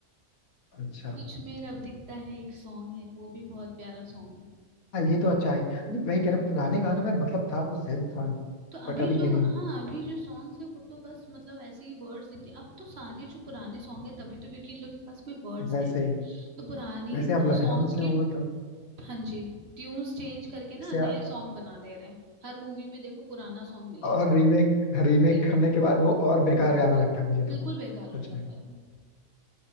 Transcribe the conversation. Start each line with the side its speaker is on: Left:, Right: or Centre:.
Left: अच्छा
Right: कुछ में अब दिखता है एक सॉन्ग है वो भी बहुत प्यारा सॉन्ग है
Left: हाँ ये तो अच्छा है नहीं, वही कह रहा हूँ, पुराने गानों में मतलब था कुछ सेंस था
Right: तो अभी
Left: बट अभी
Right: जो
Left: के नहीं
Right: हाँ अभी जो सॉन्ग्स है वो तो बस मतलब ऐसे ही वर्ड्स दिखते हैं। अब तो सारे जो पुराने सॉन्ग है तभी तो क्योंकि इन लोग के पास कोई वर्ड्स
Left: वैसे
Right: है नहीं तो पुराने ही
Left: वैसे अब
Right: सॉन्ग्स
Left: लखनऊ से
Right: की
Left: हो तो
Right: हाँ जी ट्यून्स चेंज करके ना
Left: वैसे
Right: नए
Left: आ-
Right: सॉन्ग बना दे रहे हैं हर मूवी में देखो पुराना सॉन्ग मिलेगा
Left: और रीमेक रीमेक
Right: हम्म,
Left: करने के बाद वो और बेकार गाना लगता है मुझे तो
Right: बिल्कुल बेकार हो
Left: सच
Right: जाता
Left: में
Right: है वो